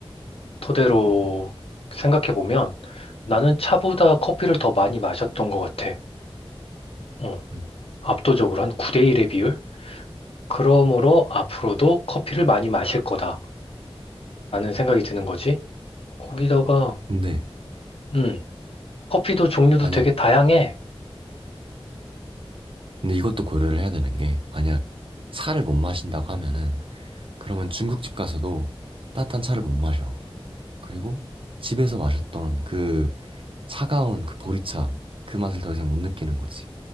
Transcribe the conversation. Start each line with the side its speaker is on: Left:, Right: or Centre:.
Left: 토대로 생각해 보면 나는 차보다 커피를 더 많이 마셨던 것 같아. 어,
Right: 음,
Left: 압도적으로 한 9대 1의 비율? 그러므로 앞으로도 커피를 많이 마실 거다라는 생각이 드는 거지. 거기다가
Right: 근데
Left: 음, 커피도 종류도
Right: 만약,
Left: 되게 다양해.
Right: 근데 이것도 고려를 해야 되는 게, 만약 차를 못 마신다고 하면은, 그러면 중국집 가서도 따뜻한 차를 못 마셔. 그리고 집에서 마셨던 그 차가운 그 보리차 그 맛을 더 이상 못 느끼는 거지.